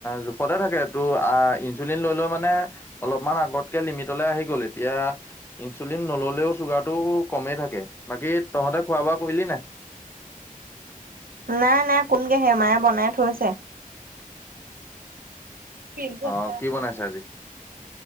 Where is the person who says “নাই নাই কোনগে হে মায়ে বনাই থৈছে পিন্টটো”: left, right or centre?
Right